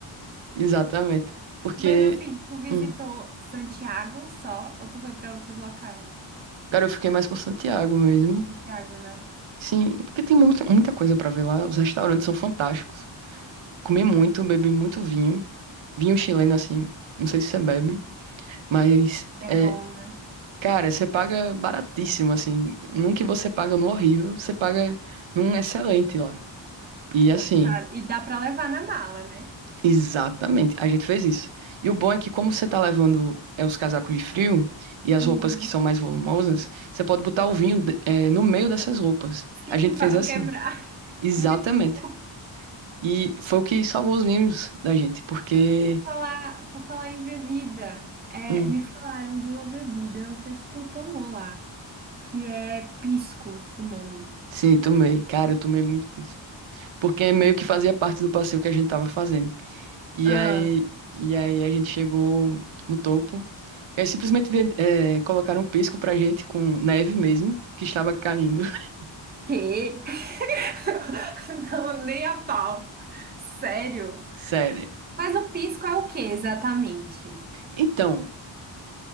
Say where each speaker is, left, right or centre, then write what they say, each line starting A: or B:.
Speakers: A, on the right (about 75°); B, on the right (about 20°).
A: Exatamente. Porque.
B: Mas assim, tu visitou
A: hum,
B: Santiago só ou tu foi pra outros locais?
A: Cara, eu fiquei mais por Santiago mesmo.
B: Santiago, né?
A: Sim, é porque tem muita, muita coisa pra ver lá. Os restaurantes são fantásticos. Comi muito, bebi muito vinho. Vinho chileno, assim. Não sei se você bebe, mas
B: É
A: é.
B: bom, né?
A: Cara, você paga baratíssimo, assim. Num que você paga no horrível, você paga num excelente lá. E
B: Show.
A: assim,
B: Cara, e dá pra levar na mala, né?
A: exatamente, a gente fez isso. E o bom é que, como você tá levando é, os casacos de frio e as
B: Uhum.
A: roupas que são mais volumosas, você pode botar o vinho é, no meio dessas roupas.
B: Sim,
A: A gente
B: pra
A: fez
B: não
A: assim.
B: quebrar. <laughs>
A: Exatamente.
B: Muito bom.
A: E foi o que salvou os memes da gente, porque.
B: por falar, por falar em bebida. é,
A: Hum,
B: me falaram de uma bebida, não sei se tu tomou lá, que é pisco, o nome.
A: sim, tomei. Cara, eu tomei muito pisco. Porque é meio que fazia parte do passeio que a gente tava fazendo. E
B: Ah,
A: aí, e aí a gente chegou no topo. E aí simplesmente ven- eh, colocaram um pisco pra gente com neve mesmo, que estava caindo. <laughs>
B: quê? <laughs> Não, nem a pau. Sério?
A: Sério.
B: Mas o pisco é o que exatamente?
A: Então,